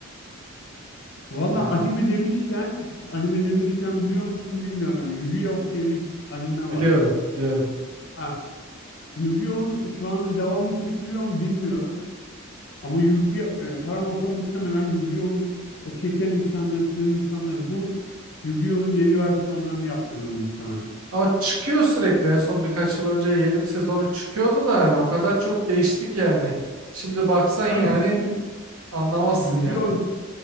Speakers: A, on the left; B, on the right.
A: Valla
B: Yani
A: anime demişken, anime demişken biliyor musun bilmiyorum. Yu-Gi-Oh diye bir anime
B: biliyorum,
A: var.
B: biliyorum.
A: Ha, Yu-Gi-Oh'un şu an devamı çekiliyor mu bilmiyorum. Ama Yu-Gi-Oh, e, param olsa muhtemelen Yu-Gi-Oh'un o çeken insanları, çizen insanları bulup Yu-Gi-Oh'un yeni versiyonlarını yaptırırım muhtemelen.
B: Ama çıkıyor sürekli. En son birkaç yıl önce yeni bir sezonu çıkıyordu da yani o kadar çok değiştik yani. Şimdi baksan yani
A: Hayır şimdi
B: anlamazsın
A: Yu-Gi-Oh
B: yani.